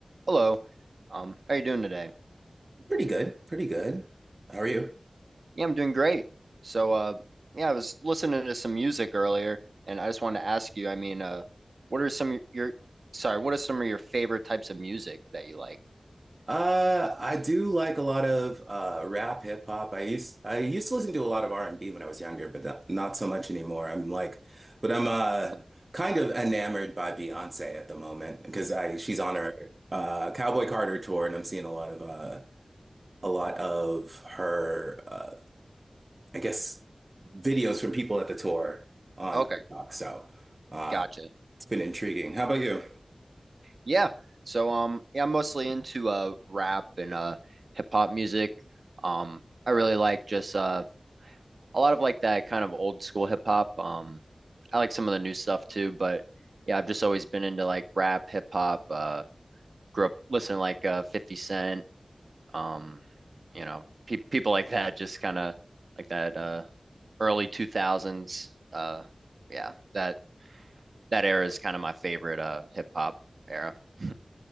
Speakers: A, on the right (about 75°); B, on the right (about 45°).
A: Hello. Um, how you doing today?
B: Pretty good, pretty good. How are you?
A: Yeah, I'm doing great. So, uh, yeah, I was listening to some music earlier, and I just wanted to ask you, I mean, uh, what are some of your, sorry, what are some of your favorite types of music that you like?
B: Uh, I do like a lot of uh rap, hip hop. I used I used to listen to a lot of R&B when I was younger, but that, not so much anymore. I'm like, but I'm uh
A: Okay.
B: kind of enamored by Beyonce at the moment because I she's on her uh Cowboy Carter tour, and I'm seeing a lot of uh a lot of her uh I guess videos from people at the tour on
A: Okay,
B: TikTok. So uh,
A: gotcha.
B: it's been intriguing. How about you?
A: Yeah. So, um, yeah, I'm mostly into uh rap and uh hip hop music. Um, I really like just uh a lot of like that kind of old school hip hop. Um, I like some of the new stuff too, but yeah, I've just always been into like rap, hip hop, uh grew up listening to like uh 50 Cent, um, you know, pe people like that, just kind of like that uh early 2000s. Uh, yeah, that that era is kind of my favorite uh hip hop era. <laughs>